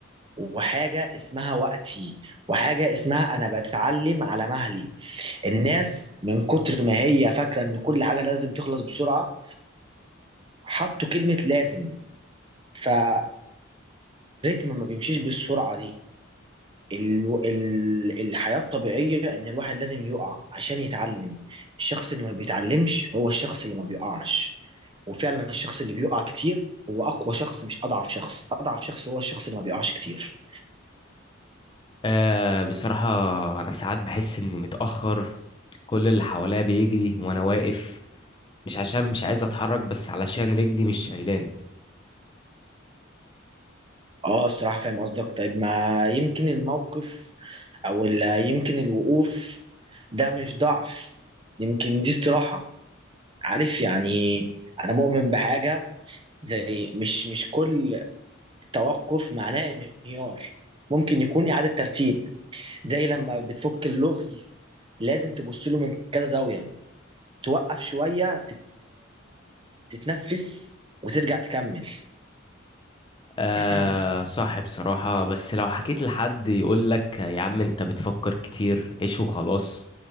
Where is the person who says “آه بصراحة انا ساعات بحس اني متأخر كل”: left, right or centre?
Left